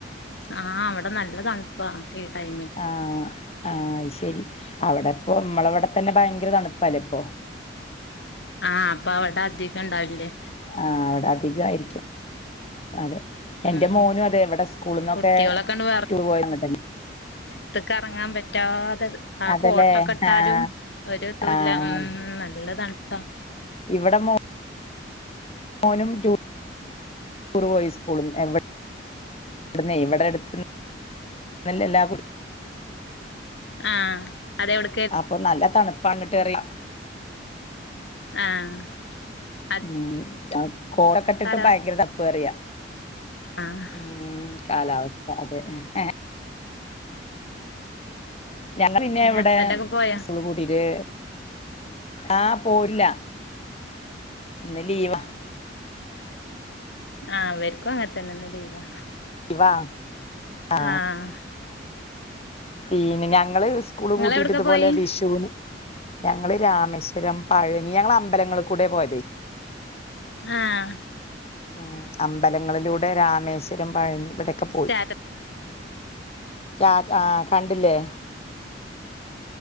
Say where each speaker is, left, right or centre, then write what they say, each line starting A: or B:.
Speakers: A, on the left; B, on the left.
A: ആഹ് അവിടെ നല്ല തണുപ്പാ ഈ ടൈം
B: ആഹ് ആഹ് അത് ശരി അവിടെപ്പ നമ്മളവിടെ തന്നെ ഭയങ്കര തണുപ്പല്ലപ്പൊ.
A: ആഹ് അപ്പൊ അവിടെ ആതികണ്ടാവില്ലേ.
B: ആഹ് അവിടെ അധികമായിരിക്കും അതെ.
A: ഉം
B: എന്റെ മോനും അതെ ഇവിടെ സ്കൂളന്നൊക്കെ
A: കുട്ടികളൊക്കെണ്ട്
B: ടൂർ പോയിന്നട്ടന്നെ.
A: ത്തക്ക് ഇറങ്ങാൻ പറ്റാതെ ആ
B: അതല്ലേ
A: കോട്ടൊക്കെ ഇട്ടാലും
B: ആഹ്
A: ഒരു ഇതുഇല്ല
B: ആഹ്
A: ഉം നല്ല നല്ല തണുപ്പാ.
B: ഇവിടെ മോ മോനും ടൂറ് പോയി സ്കൂള് എവിടെ ഇവിടുന്നേ ഇവിടെ അടുത്ത്ന്ന് എല്ലാ
A: ആഹ് അതെവിടെ
B: അപ്പൊ നല്ല തണുപ്പാണിട്ട് എറിയാം
A: ആഹ് അത്
B: ഉം കോടക്കെ ഇട്ടിട്ട്
A: കാലാവസ്ഥ
B: ഭയങ്കര തപ്പ് പറയാ
A: ആഹ്
B: ഉം കാലാവസ്ഥ അതെ ഏ ഞങ്ങള് പിന്നെ ഇവിടെ
A: ഹസ്ബൻഡ് ഒക്കെ പോയാ
B: സ്കുള് പൂട്ടിയിട്ട് ആഹ് പോവില്ല ഇന്ന് ലീവാ
A: ആഹ് ഇവരിക്കും അങ്ങനത്തന്നെ ഇന്ന് ലീവാ
B: ലീവാ ആ
A: ആഹ്
B: പിന്നെ ഞങ്ങള് സ്കൂള്
A: നിങ്ങളെവിടക്കാ
B: പൂട്ടീട്ട് ഇതുപോലെ
A: പോയി
B: വിഷുവിന് ഞങ്ങള് രാമേശ്വരം പഴനി ഞങ്ങള് അമ്പലങ്ങളിൽ കൂടെയാ പോയതേ
A: ആഹ്
B: ഉം അമ്പലങ്ങളിലൂടെ രാമേശ്വരം പഴനി ഇവിടൊക്കെ പോയി
A: സ്റ്റാറ്റ
B: രാ ആഹ് കണ്ടില്ലേ